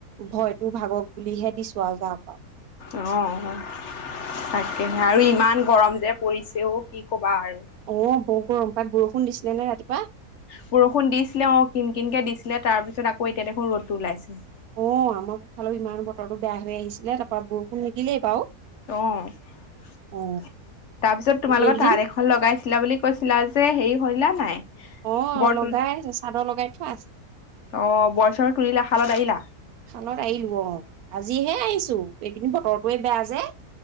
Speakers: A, on the right; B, on the left.
A: ভয়তো ভাগক বুলিহে দিছো আৰু যাওঁক আৰু।
B: অহ তাকেহে আৰু ইমান গৰম যে পৰিছে ও কি কবা আৰু।
A: অহ বৰ গৰম তাত বৰষুণ দিছিলে নে ৰাতিপুৱা?
B: বৰষুণ দিছিলে অহ কিন কিনকে দিছিলে তাৰপিছত আকৌ এতিয়া দেখোন ৰ'দটো ওলাইছে।
A: অহ আমাৰ ইফালেও ইমান বতৰটো বেয়া হৈ আহিছিলে তাৰপৰা বৰষুণ নিদিলে বাৰু।
B: অহ
A: অ
B: তাৰপিছত তোমালোকৰ
A: এইকেইদিন
B: তাতঁ লগাইছিলা বুলি কৈছিলা যে হেৰি কৰিলা নে নাই?
A: অহ
B: বৰ
A: লগাই আছে চাদৰ লগাই থোৱা আছে।
B: অহ বৰ ছৰ তুলিলা শালত এৰিলা?
A: শালত এৰিলোঁ অহ আজিহে আহিছোঁ এইকেইদিন বতৰটোৱে বেয়া যে।